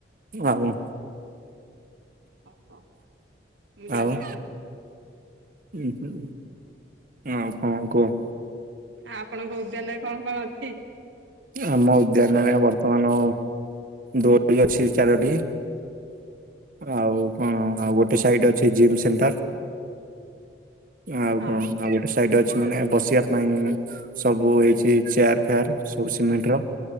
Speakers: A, on the right (about 45°); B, on the right (about 85°).
A: ଆଉ କଣ
B: ଓହୋ। ମୁଁ ଜାଣିନଥିଲି।
A: ଆଉ ଉଁ ଆଉ କଣ କୁହ?
B: ଆପଣଙ୍କ ଉଦ୍ୟାନରେ କଣ କଣ ଅଛି?
A: ଆମ ଉଦ୍ୟାନରେ ବର୍ତ୍ତମାନ ଦୋଳି ଅଛି ଚାରୋଟି। ଆଉ କଣ ଆଉ ଗୋଟେ ସାଇଡ ଅଛି ଜିମ୍ ସେଣ୍ଟର। ଆଉ
B: ହଁ
A: କଣ ଆଉ ଗୋଟେ ସାଇଟି ଅ ମାନେ ବସିବା ପାଇଁ ସବୁ ହେଇଛି ଚେୟାର ଫେୟାର। ସବୁ ସିମେଣ୍ଟ ର